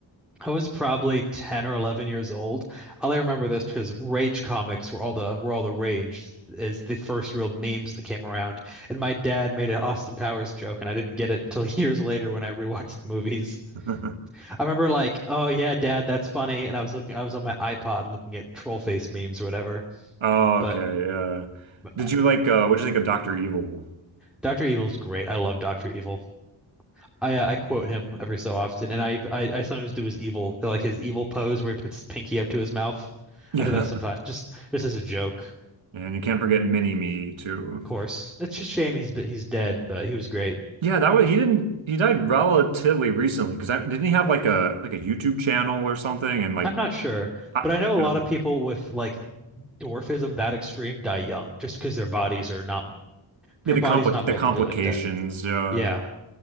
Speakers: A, in the centre; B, on the right.
A: I was probably 10 or 11 years old. All I remember this because Rage comics were all the were all the rage is the first real memes that came around. And my dad made an Austin Powers joke and I didn't get it until <laughs> years later when I rewatched the movies.
B: <laughs>
A: I remember like, "Oh yeah, dad, that's funny." And I was looking I was on my iPod looking at troll face memes or whatever.
B: Oh,
A: But
B: okay. Yeah. Did
A: uh,
B: you like, uh, what did you think of Dr. Evil?
A: Dr. Evil's great. I love Dr. Evil. I uh, I quote him every so often, and I, I I sometimes do his evil like his evil pose where he puts his pinky up to his mouth.
B: Yeah.
A: I do that sometimes,
B: <laughs>
A: just just as a joke, of
B: And you can't forget Mini Me too.
A: course. It's just a shame he's he's dead, but he was great.
B: Yeah, that was he didn't he died relatively recently because didn't he have like a like a YouTube channel or something and like
A: I'm not sure,
B: I,
A: but I know a
B: you
A: lot
B: know,
A: of people with like dwarfism that extreme die young just because their bodies are not
B: the
A: your
B: the
A: body's
B: compli
A: not
B: the
A: built
B: complications
A: to be like that.
B: uh
A: Yeah.